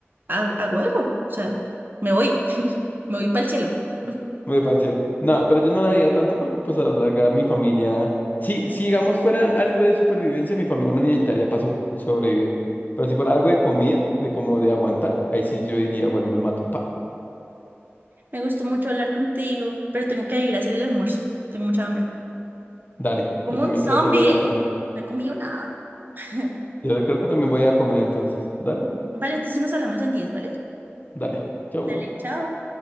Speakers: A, on the right (about 45°); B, on the left (about 40°).
A: hago, hago algo, o sea, me voy, <laughs> me voy para el cielo. <laughs>
B: Me parece. No, pero yo no la haría tanto porque pues a la larga mi familia, si, si digamos fuera algo de supervivencia, mi familia me necesitaría para sobrevivir. Pero si fuera algo de comida, de como de aguantar, ahí sí yo diría, bueno, me mato, pa,
A: Me gustó mucho hablar contigo, pero tengo que ir a hacer el almuerzo, tengo mucha hambre.
B: dale,
A: Como
B: yo también
A: un zombie,
B: creo que voy a comer.
A: no he comido nada. <laughs>
B: Yo creo que también voy a comer entonces. Dale,
A: Vale, entonces nos hablamos en diez ¿vale?
B: dale, chau.
A: Dale, chao.